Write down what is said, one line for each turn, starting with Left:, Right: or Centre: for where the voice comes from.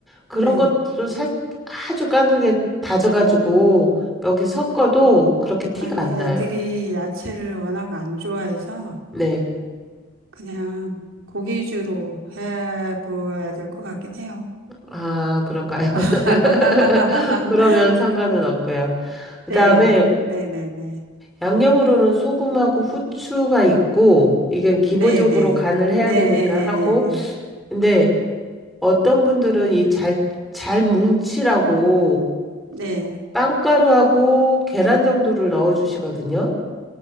Centre: 그런
Right: 네.
Centre: 것도 살, 아주 까늘게 다져가지고 여기 섞어도 그렇게 티가
Right: 아니,
Centre: 안
Right: 애들이
Centre: 나요.
Right: 야채를 워낙 안 좋아해서
Centre: 네.
Right: 그냥 고기 위주로 해보야 될 것 같긴 해요.
Centre: 아, 그럴까요? <laughs>
Right: <laughs>
Centre: 그러면 상관은 없고요. 그다음에
Right: 네, 네, 네, 네,
Centre: 양념으로는 소금하고 후추가 있고, 이건
Right: 네,
Centre: 기본적으로
Right: 네,
Centre: 간을 해야
Right: 네, 에,
Centre: 되니까
Right: 에,
Centre: 하고,
Right: 에, 에.
Centre: 근데 어떤 분들은 이 잘, 잘 뭉치라고
Right: 네.
Centre: 빵가루하고 계란 정도를 넣어 주시거든요.